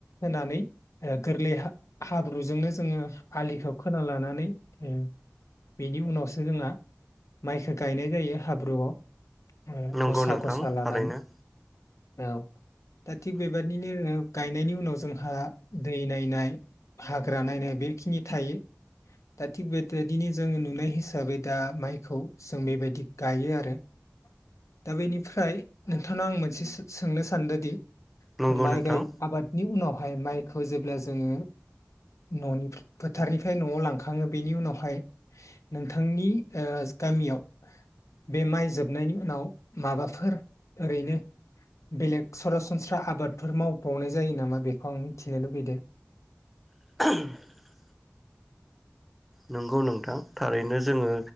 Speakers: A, on the left; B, in the centre.
A: होनानै गोरलै हाब्रुजोंनो जोङो आलिखौ खोना लानानै बेनि उनावसो जोंहा माइखौ गायनाय जायो हाब्रुआव। ओ
B: नंगौ
A: गसा
B: नोंथां
A: गसा लानानै
B: थारैनो
A: औ दा थिक बेबायदिनो गायनायनि उनाव जोंहा दै नायनाय हाग्रा नायनाय बेखिनि थायो दा थिग बेबायदिनो जोङो नुनाय हिसाबै दा माइखौ जों बेबायदि गायो आरो। दा बेनिफ्राय नोंथांनाव आं मोनसे सोंनो सानदोंदि
B: नंगौ
A: माइ
B: नोंथां
A: गाय आबादनि उनावहाय माइ खौ जेब्ला जोङो न'नि फोथारनिफ्राय न'आव लांखाङो बेनि उनावहाय नोंथांनि गामियाव बे माइ जोबनायनि उनाव माबाफोर ओरैनो बेलेग सरासनस्रा आबादफोर मावबावनाय जायो नामा बेखौ आं मिथिनो लुबैदों?
B: <unintelligible> नंगौ नोंथां थारैनो जोङो